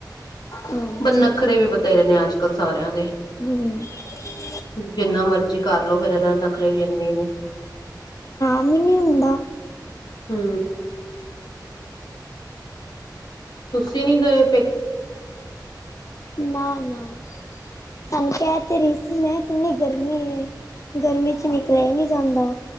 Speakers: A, on the left (about 45°); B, on the left (about 75°).
A: ਹਾਂਜੀ
B: ਬ ਨੱਖਰੇ ਵੀ ਬਥੇਰੇ ਨੇ ਅੱਜ-ਕੱਲ੍ਹ ਸਾਰਿਆਂ ਦੇ।
A: <inaudible>
B: ਜਿੰਨਾ ਮਰਜੀ ਕਰਲੋ ਫੇਿ਼ਰ ਇਹਨਾਂ ਦੇ ਨਖਰੇ ਵੀ ਇਨੇ ਹੀ ਨੇ।
A: ਕੰ ਨਹੀਂ ਹੁੰਦਾ <unintelligible>
B: ਹੂ। ਤੁਸੀਂ ਨੀ ਗਏ ਪੇਕ?
A: ਨਾ-ਨਾ ਥਾਨੂੰ ਕਹਿ ਤੇ ਰਹੀ ਸੀ ''ਮੈਂ, ਕਿੰਨੀ ਗਰਮੀ ਏ। ਗਰਮੀ ਚ ਨਿਕਲਿਆ ਹੀ ਨਹੀਂ ਜਾਂਦਾ।